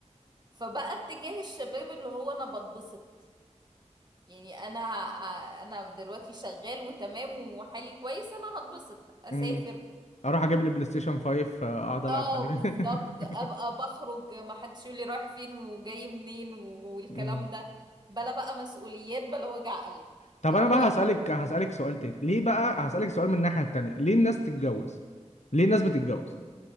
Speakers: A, on the right (about 35°); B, on the left (about 65°).
A: فبقى اتجاه الشباب اللي هو انا بتبسط يعني انا انا دلوقتي شغال وتمام وحالي كويس انا هتبسط اسافر
B: امم اروح اجيب لي بلاي ستيشن 5 آه، اقعد العب
A: اه
B: عليه
A: بالظبط
B: <laughs>
A: ابقى بخرج ما حدش يقول لي رايح فين وجاي منين و- والكلام
B: أمم.
A: ده بلا بقى مسؤوليات بلا وجع قلب
B: طب
A: فهو
B: انا بقى هسألك هسألك سؤال تاني ليه بقى هسألك سؤال من الناحية التانية ليه الناس تتجوز
A: مم.
B: ليه الناس بتتجوز